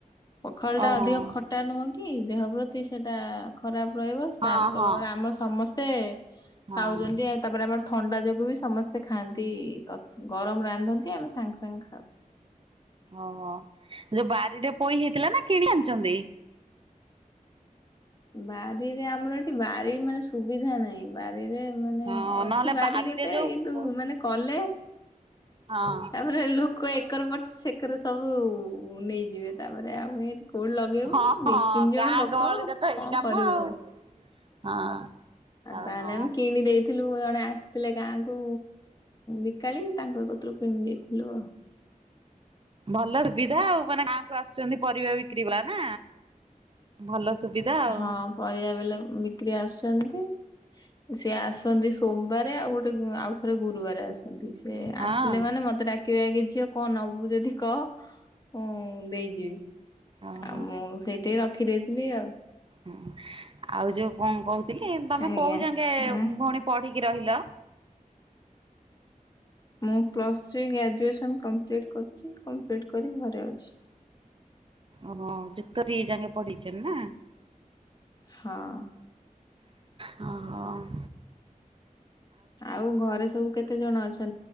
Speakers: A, on the left (about 30°); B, on the right (about 40°).
A: ପଖାଳଟା
B: ଓହୋ।
A: ଅଧିକ ଖଟା ନୁହଁ କି ଦେହ ପ୍ରତି ସେଟା ଖରାପ ରହିବ। ସାତେ
B: ହଁ ହଁ
A: ବେଳେ ଆମ ସମସ୍ତେ
B: ହଁ
A: ଖାଉଚନ୍ତି ଆ ତାପରେ ଆମର ଥଣ୍ଡା ଯୋଗୁ ବି ସମସ୍ତେ ଖାଆନ୍ତି ତତ୍ ଗରମ ରାନ୍ଧନ୍ତି ଆମେ ସାଙ୍ଗେ ସାଙ୍ଗେ ଖାଉ।
B: ଓହୋ ଯୋଉ ବାଡିରେ ପୋଇ ହେଇଥିଲା ନା କିଣିକି ଆଣିଚନ୍ତି?
A: ବାଡିରେ ଆମର ଏଠି ବାଡି ମାନେ ସୁବିଧା ନାହିଁ। ବାରିରେ ମାନେ
B: ହଁ
A: ଅଛି
B: ନହେଲେ
A: ବାରି
B: ବାରିରେ
A: ଗୋଟେ
B: ଯୋଉ
A: କିନ୍ତୁ
B: ହଁ
A: ମାନେ କଲେ।
B: ହଁ।
A: ତାପରେ ଲୋକ ଏକର ପଡ଼ିଚି ସେକର ସବୁ ନେଇଯିବେ ତାପରେ ଆମେ ଏଠି। କୋଉ ଲଗେଇବୁ
B: ହଁ
A: ଦି ତିନ୍ ଜଣ
B: ଗାଁ
A: ଲୋକ।
B: ଗହଳିରେ ତ
A: କଣ
B: ଏଇ କାମ
A: କରିବୁ
B: ଆଉ। ହଁ। ଓହୋ
A: ତାହେଲେ ଆମେ କିଣି ଦେଇ ଥିଲୁ ଜଣେ ଆସିଥିଲେ ଗାଁ କୁ ବିକାଳି ତାଙ୍କ କତୁରୁ କିଣି ଦେଇଥିଲୁ ଆଉ। <inaudible>
B: ଭଲ ସୁବିଧା ଆଉ ମାନେ ଗାଁ କୁ ଆସୁଚନ୍ତି ପରିବା ବିକ୍ରି ବାଲା ନା। ଭଲ ସୁବିଧା ଆଉ।
A: ହଁ ପରିବା ବାଲା ବିକ୍ରି ଆସୁଚନ୍ତି ସିଏ ଆସନ୍ତି ସୋମବାରେ ଆଉ ଗୋଟେ। ଉଁ ଆଉ ଥରେ ଗୁରୁବାରେ ଆସନ୍ତି ସେ
B: ହଁ
A: ଆସିଲା ମାନେ ମତେ ଡା କିବେ ଆଗେ ଝିଅ କଣ ନବୁ ଯଦି କହ ମୁଁ ଦେଇଯିବି।
B: ଓହୋ।
A: ଆଉ ମୁଁ ସେଇଠି ରଖିଦେଇଥିଲି ଆଉ।
B: ହୁଁ ଆଉ ଯୋଉ କଣ କହୁଥିଲି ତମେ
A: ଆଜ୍ଞା।
B: କୋଉ ଯାକେଁ
A: ଆଁ
B: ଭଉଣୀ ପଢିକି ରହିଲ?
A: ମୁଁ plus three graduation complete କରଚି କମ୍ପ୍ଲିଟ୍ କରିକି ଘରେ ଅଛି।
B: ଓହୋ ଯୁକ୍ତ ଦିଇ ଯାକେଁ ପଢିଛ ନା।?
A: ହଁ।
B: ହଁ ହଁ।
A: ଆଉ ଘରେ ସବୁ କେତେ ଜଣ ଅଛ